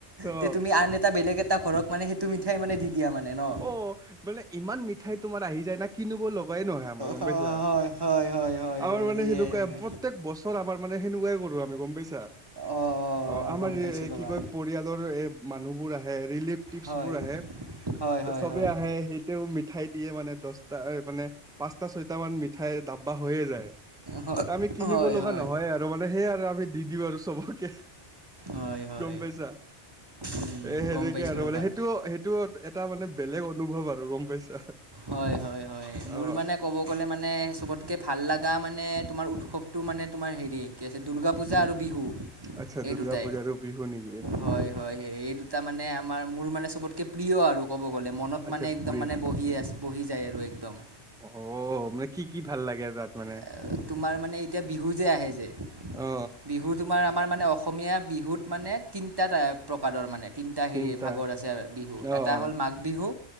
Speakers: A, in the centre; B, on the right (about 20°).
A: অ
B: তে তুমি আন এটা বেলেগ এটা ঘৰক মানে সেইটো মিঠাই মানে দি দিয়া মানে ন'?
A: অ, মানে ইমান মিঠাই তোমাৰ আহি যায় না কিনোব লগাই নহয় আমাৰ গম
B: হয়
A: পাইছা।
B: হয় হয় হয়
A: আমাৰ
B: হয়
A: মানে
B: সেয়াই
A: সেনেকুৱাই
B: মানে
A: প্ৰত্যেক বছৰ আমাৰ মানে সেনেকুৱাই কৰো আমি গম পাইছা।
B: অঁ অঁ
A: অ,
B: অঁ
A: আমাৰ
B: গম পাইছোঁ
A: এ
B: ৰ'বা
A: কি কয় পৰিয়ালৰ এ মানুহবোৰ আহে ৰিলিপ টিপছ
B: হয়
A: বোৰ আহে
B: হয়
A: তে
B: হয়
A: চবে
B: হয়
A: আহে সেইটোৱ মি মিঠাই দিয়ে মানে দচটা মানে পাঁচটা, ছয়টা মান মিঠাই ডাব্বা হৈয়ে যায়।
B: হয়
A: টা আমি কিনিব
B: হয়
A: লগা
B: হয়
A: নহয় আৰু মানে সেইয়া আৰু আমি দি দিওঁ আৰু চবকে।
B: হয় হয়
A: গম পাইছা
B: উম
A: এ সেনেকে
B: গম পাইছোঁ
A: আৰু
B: ৰ'বা
A: মানে সেইটো ত' সেইটোত এটা মানে বেলেগ অনুভৱ আৰু গম পাইছা।
B: হয়- হয়-হয় মোৰ
A: অ
B: মানে ক'ব ক'বলে মানে চবতকে ভাল লাগা মানে তোমাৰ উৎসৱটো মানে তোমাৰ হেৰি কি আছে দুৰ্গা পূজা আৰু বিহু।
A: আচ্ছা
B: এই
A: দুৰ্গা
B: দুটাই
A: পূজা আৰু বিহু নেকি
B: হয়-হয় এই দুটা মানে আমাৰ মোৰ মানে চবতকে প্ৰিয় আৰু ক'ব গ'লে মনত
A: আচ্ছা
B: মানে একদম
A: প্ৰিয়
B: মানে বহি আছ বহি যায় আৰু একদম।
A: অ, মানে কি- কি ভাল লাগে আৰু তাত? মানে
B: <unintelligible> তোমাৰ মানে এতিয়া বিহু যে আহে যে
A: অ
B: বিহু <unintelligible> তোমাৰ আমাৰ মানে অসমীয়া বিহুত মানে তিনিটা টায়াব প্ৰকাৰৰ মানে। তিনিটা
A: তিনটা
B: হেৰি ভাগত আছে আৰু বিহু
A: অ
B: এটা
A: অ
B: হ'ল মাঘ বিহু,